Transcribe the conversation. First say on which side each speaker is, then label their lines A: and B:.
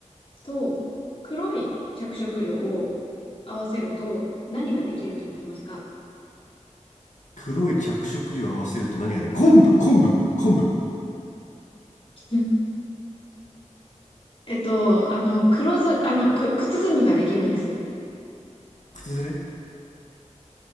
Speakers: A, on the left (about 45°); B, on the left (about 75°).
A: と黒い着色料を合わせると何ができると思いますか
B: 黒い着色料を合わせると何ができる昆布昆布昆布
A: うんえっと、あの、黒ず、あの、く、靴墨みができるんです。
B: 靴ずれ